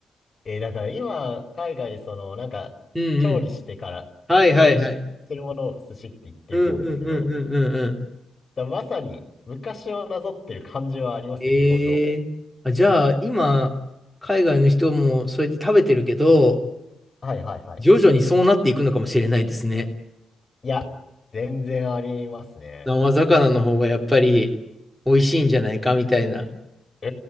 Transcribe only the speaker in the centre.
うんうん。
はいはいはい。
うんうんうんうんうんうん。
ええあ、
じゃあ、今、海外の人もそれで食べてるけど、
徐々にそうなっていくのかもしれないですね。
生魚の方がやっぱり美味しいんじゃないかみたいな。